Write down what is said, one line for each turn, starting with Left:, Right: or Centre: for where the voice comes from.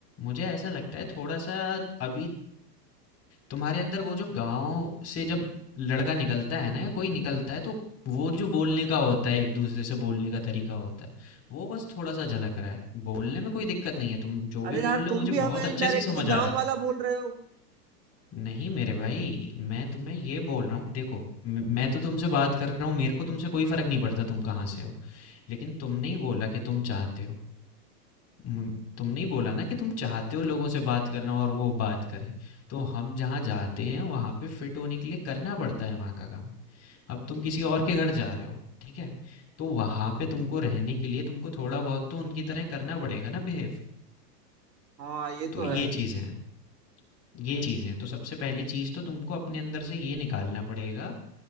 Left: मुझे ऐसा लगता है थोड़ा सा अभी तुम्हारे अंदर वो जो गांव से जब लड़का निकलता है ना या कोई निकलता है तो वो जो बोलने का होता है एक दूसरे से बोलने का तरीका होता है वो बस थोड़ा सा झलक रहा है बोलने में कोई दिक्कत नहीं है तुम जो भी
Right: अरे यार
Left: बोल रहे हो
Right: तुम
Left: मुझे
Right: भी हमें
Left: बहुत अच्छे
Right: इनडायरेक्टली
Left: से समझ आ
Right: गांव
Left: रहा है
Right: वाला बोल रहे हो
Left: नहीं मेरे भाई मैं तुम्हें ये बोल रहा हूँ देखो म- मैं तो तुमसे बात कर रहा हूँ मेरे को तुमसे कोई फर्क नहीं पड़ता तुम कहाँ से हो लेकिन तुमने ही बोला कि तुम चाहते हो मम, तुमने ही बोला ना कि तुम चाहते हो लोगों से बात करना और वो बात करें तो हम जहाँ जाते हैं वहाँ पे फिट होने के लिए करना पड़ता है वहाँ का काम अब तुम किसी और के घर जा रहे हो ठीक है तो वहाँ पे तुमको रहने के लिए तुमको थोड़ा बहुत तो उनकी तरह करना पड़ेगा ना बिहेव
Right: हाँ ये
Left: तो
Right: तो
Left: ये
Right: है
Left: चीज़ें हैं ये चीज़ें हैं तो सबसे पहली चीज़ तो तुमको अपने अंदर से ये निकालना पड़ेगा